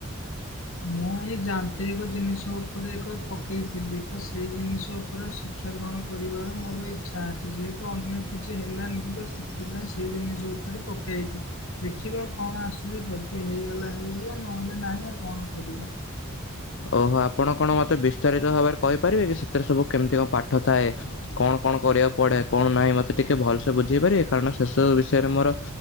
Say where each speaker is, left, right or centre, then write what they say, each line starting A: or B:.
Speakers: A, on the left (about 80°); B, on the left (about 60°).
A: ମୁଁ ଏଇ ଯାନ୍ତ୍ରିକ ଜିନିଷ ଉପରେ ଏକ ପକେଇଥିଲି ତ ସେଇ ଜିନିଷ ଉପରେ ସି କ୍ଷାଗ୍ରହଣ କରିବାର ମୋର ଇଚ୍ଛା ଅଛି ଯେହେତୁ ଅନ୍ୟ କିଛି ହେଲାନି ତ ସେ ଥିପଇଁ ସେଇ ଜିନିଷ ଉପରେ ପକେଇଛି। ଦେଖିବା କଣ ଆସୁଛି ଯଦି ହେଇଗଲା ହେଇଗଲା ନହେଲେ ନାହିଁ ଆଉ କଣ କରିବା।
B: ଓହୋ ଆପଣ କଣ ମୋତେ ବିସ୍ତାରିତ ଭାବରେ କହିପାରିବେ କି ସେଥିରେ ସବୁ କେମିତି କଣ ପାଠ ଥାଏ। କଣ କଣ କରିବାକୁ ପଡେ କଣ ନାହିଁ ମତେ ଟିକେ ଭଲସେ ବୁଝେଇ ପାରିବେ କାରଣ ସେ ସବୁ ବିଷୟରେ ମୋର